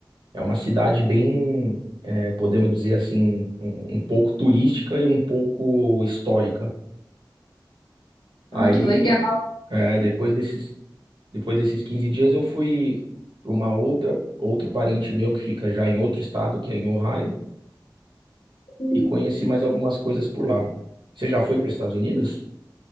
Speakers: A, on the right; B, on the left.
A: É uma cidade bem, eh, podemos dizer assim, um, um pouco turística e um pouco histórica. Aí,
B: Ah, que legal.
A: eh, depois desse Depois desses 15 dias eu fui para uma outra, outro parente meu que fica já em outro estado, que é em Ohio,
B: E
A: e conheci mais algumas coisas por lá. Você já foi para os Estados Unidos?